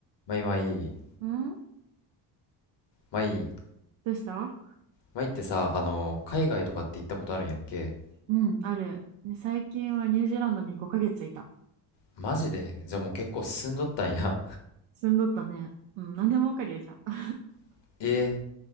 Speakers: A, on the left; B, on the right.
A: まいまい、
B: ん
A: まい、
B: どうした
A: まいってさ、あの、海外とかって行ったことあるんやっけ
B: うん、ある。ね、最近はニュージーランドに5ヶ月いた。
A: マジでじゃあもう結構進んどったんや。
B: 住んどったね。うん、何でもわかるよ、じゃあ。
A: <laughs> え